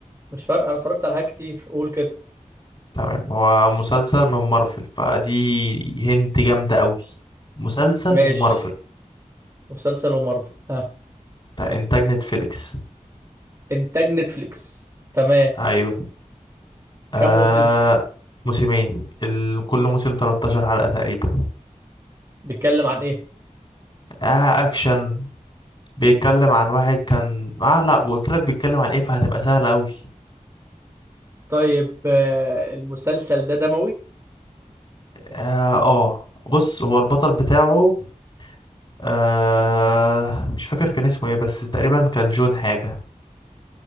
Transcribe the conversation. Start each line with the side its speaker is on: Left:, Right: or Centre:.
Right: مش فارقة انا اتفرجت على حاجات كتير قول كده
Left: تمام هو مسلسل من مارفل فدي هنت جامدة قوي مسلسل
Right: ماشي
Left: ومارفل
Right: مسلسل ومارفل ها
Left: بتاع انتاج نتفليكس
Right: انتاج نتفليكس تمام
Left: ايوه آه...
Right: كم موسم
Left: موسمين ال... كل موسم 13 حلقة تقريبا
Right: بيتكلم عن ايه
Left: آه اكشن بيتكلم عن واحد كان اه لا قلت لك بيتكلم عن ايه فهتبقى سهلة قوي
Right: طيب آه، المسلسل ده دموي
Left: اه آه. بص هو البطل بتاعه آه مش فاكر كان اسمه ايه بس تقريبا كان جون حاجة